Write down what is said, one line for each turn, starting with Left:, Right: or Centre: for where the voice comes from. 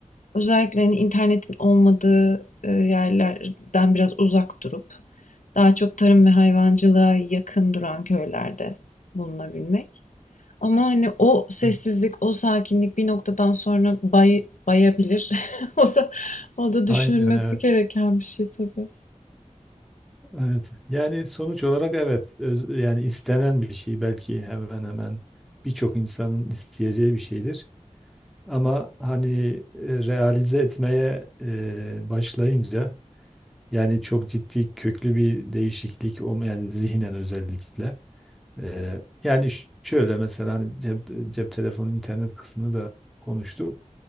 Left: özellikle, hani, internetin olmadığı, eee, yerlerden biraz uzak durup daha çok tarım ve hayvancılığa yakın duran köylerde bulunabilmek. Ama, hani, o sessizlik,
Centre: Hı,
Left: o sakinlik bir noktadan sonra bay bayabilir. <laughs> O da o da
Centre: Aynen
Left: düşünülmesi
Centre: evet.
Left: gereken bir şey tabii.
Centre: Evet. Yani sonuç olarak evet. öz- yani istenen bir şey belki hemen hemen birçok insanın isteyeceği bir şeydir. Ama hani e, realize etmeye e, başlayınca yani çok ciddi köklü bir değişiklik olma yani zihnen özellikle. E, yani ş- şöyle mesela hani cep, cep telefonu internet kısmını da konuştuk.